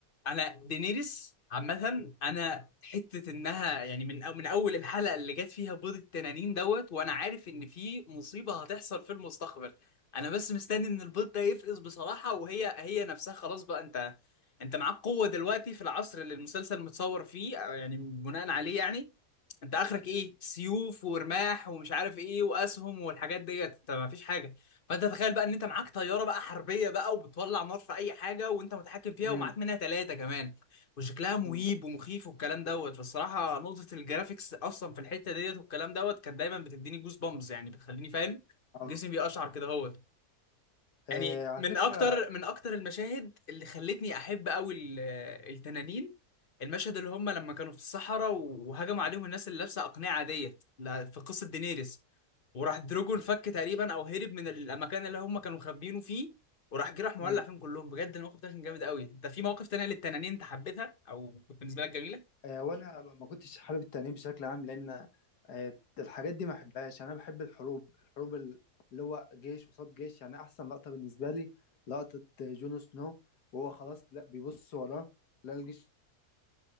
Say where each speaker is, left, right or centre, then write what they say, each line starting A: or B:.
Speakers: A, on the left (about 40°); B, on the left (about 85°).
A: انا دينيريس عامة انا حتة انها يعني من أو من اول الحلقة اللي جت فيها بيض التنانين دوت وانا عارف ان في مصيبة هتحصل في المستقبل انا بس مستني ان البيض ده يفقس بصراحة وهي هي نفسها خلاص بقى انت انت معاك قوة دلوقتي في العصر اللي المسلسل متصور فيه أو يعني بناء عليه يعني انت اخرك ايه سيوف ورماح ومش عارف ايه واسهم والحاجات ديت انت ما فيش حاجه فانت تخيل بقى ان انت معاك طياره بقى حربيه بقى وبتولع نار في اي حاجه وانت متحكم فيها
B: مم.
A: ومعاك منها ثلاثه كمان وشكلها مهيب
B: مم.
A: ومخيف والكلام دوت فالصراحه نقطه الجرافيكس اصلا في الحته ديت والكلام دوت كانت دايما بتديني جوز بامبز يعني بتخليني فاهم
B: اه
A: جسمي بيقشعر كده هو يعني
B: آه، على
A: من
B: فكرة
A: اكتر من اكتر المشاهد اللي خلتني احب قوي ال- التنانين المشهد اللي هم لما كانوا في الصحراء وهجموا عليهم الناس اللي لابسه اقنعه ديت لا- في قصه دينيريس وراح دروجون فك تقريبا او هرب من المكان اللي هم كانوا مخبيينه فيه وراح جه راح مولع
B: مم.
A: فيهم كلهم بجد الموقف ده كان جامد قوي انت في مواقف تانية للتنانين انت حبيتها او كنت بالنسبه لك جميله
B: آه، وانا ما كنتش حابب التأنيب بشكل عام لان آه، الحاجات دي ما بحبهاش يعني انا بحب الحروب الحروب ال- اللي هو جيش قصاد جيش يعني احسن لقطة بالنسبة لي لقطة جون سنو وهو خلاص لا بيبص وراه لا الجيش